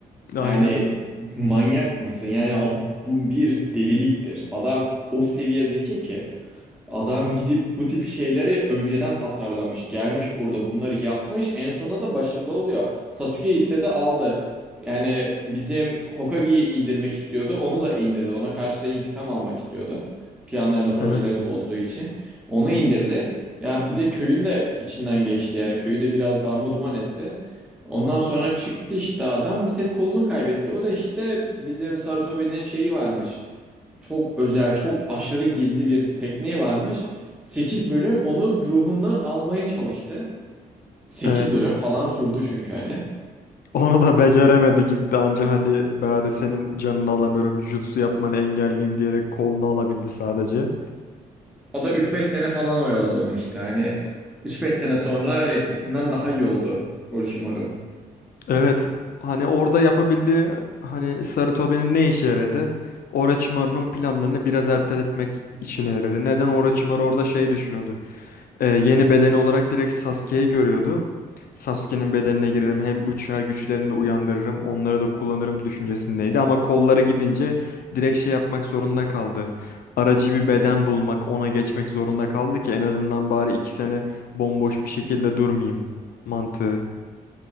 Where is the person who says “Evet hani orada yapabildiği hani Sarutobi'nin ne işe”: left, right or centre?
Left